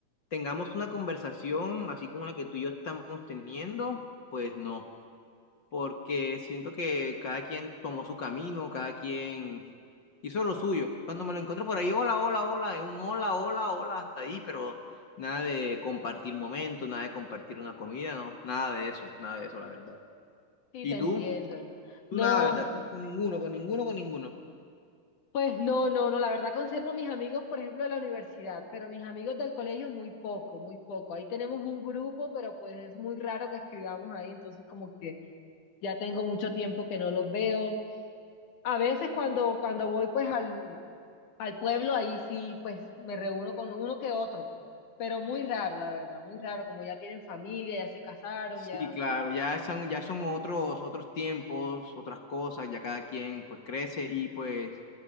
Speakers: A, on the left; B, on the left.
A: tengamos una conversación así como la que tú y yo estamos teniendo, pues no. porque siento que cada quien tomó su camino, cada quien hizo lo suyo. Cuando me lo encuentro por ahí, hola, hola, hola, es un hola, hola, hola, hasta ahí, pero nada de compartir momentos, nada de compartir una comida, no, nada de eso, nada de eso, la verdad.
B: Sí,
A: ¿Y
B: te entiendo.
A: tú? Tú
B: No,
A: nada, la verdad, tú con ninguno, con ninguno, con ninguno.
B: pues no, no, no, la verdad conservo mis amigos, por ejemplo, de la universidad, pero mis amigos del colegio muy poco, muy poco. Ahí tenemos un grupo, pero pues es muy raro que escribamos ahí, entonces como que ya tengo mucho tiempo que no los veo. A veces cuando, cuando voy pues al, Al pueblo ahí sí, pues me reúno con uno que otro, pero muy raro, la verdad, muy raro, como ya tienen familia, ya se casaron,
A: Sí,
B: ya.
A: claro, ya son, ya son otros, otros tiempos, otras cosas, ya cada quien pues crece y pues